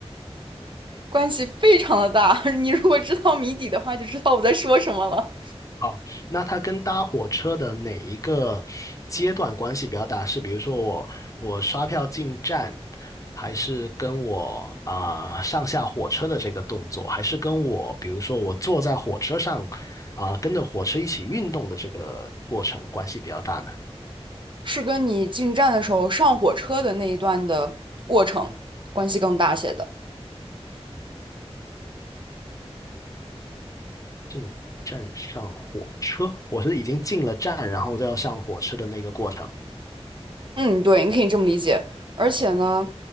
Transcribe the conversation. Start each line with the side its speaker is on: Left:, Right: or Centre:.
Right: 关系非常的大。<laughs> 你如果知道谜底的话，就知道我在说什么了。
Left: 哦，那它跟搭火车的哪一个阶段关系比较大？是比如说我我刷票进站，还是跟我啊、上下火车的这个动作，还是跟我比如说我坐在火车上啊、跟着火车一起运动的这个过程关系比较大呢？
Right: 是跟你进站的时候上火车的那一段的过程关系更大些的。
Left: 进站上火车，我是已经进了站，然后都要上火车的那个过程，
Right: 嗯，对，你可以这么理解。而且呢，